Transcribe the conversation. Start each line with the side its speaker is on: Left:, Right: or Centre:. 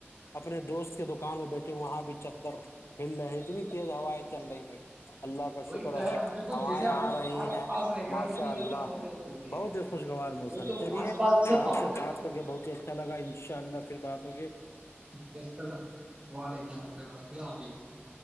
Left: اپنے دوست کے دکان میں بیٹھے وہاں بھی چاکر کلنے ہے اتنی تیز ہوا ہے چل
Right: جی
Left: رہی ہے اللہ کا
Right: وہی
Left: شکر
Right: تو
Left: ہے
Right: اب دیکھو
Left: ہوائیں
Right: جیسے اب
Left: آ
Right: ہم پہاڑ
Left: رہی
Right: کے
Left: ہیں
Right: پاس رہیں گے نا
Left: ماشاء
Right: اب اتنا
Left: اللہ
Right: زیادہ ہوا زیادہ چلتی
Left: بہت
Right: ہے
Left: ہی خوشگوار موسم
Right: وہ تو
Left: ہے چلیے
Right: آس پاس جیسے
Left: آپ
Right: پہاڑ
Left: سے
Right: رہتے
Left: بات
Right: ہیں
Left: کر کے بہت ہی اچھا اچھا لگا ان شاء اللہ پھر بات ہوگئی
Right: ھیک السلام وعلیکم السلام خدا حافظ